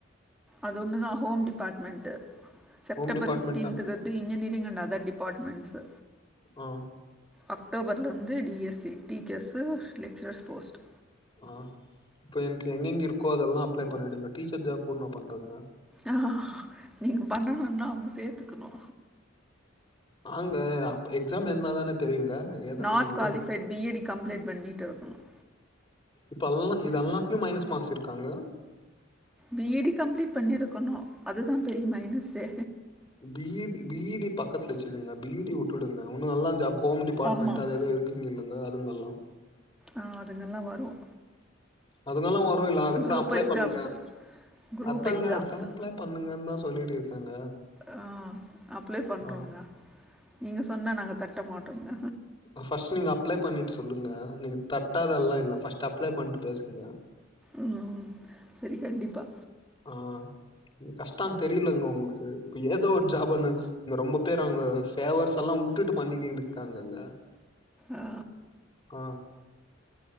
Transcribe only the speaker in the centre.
அது ஒண்ணு தா home department செப்டம்பர்
ஃபிஃப்டீன்துக்கு
வந்து இன்ஜினியரிங் அண்ட் அதர் டிபார்ட்மெண்ட்ஸு
அக்டோபர்லந்து டிஎஸ்சி டீச்சர்ஸு லெக்சரர்ஸ் போஸ்ட்
ஆ நீங்க பண்ணணுனா அவ்ங்க சேத்துக்கணு
நாட் குவாலிஃபைட பி ஏடு கம்ப்ளீட் பண்ணிட்டு இருக்கணும்
பி ஏ டி கம்ப்ளீட் பண்ணிருக்கணும் அதுதான் பெரிய மைனஸு
ஆமாம்
ஆ அதுங்கல்லாம் வரும்
குரூப்
எக்ஸாம்ஸு
குரூப்
எக்ஸாம்ஸு
ஆ அப்ளை பண்ணுறோங்க
நீங்க சொன்னால் நாங்கள் தட்ட மாட்டோங்க
உம் சரி கண்டிப்பா
ஆ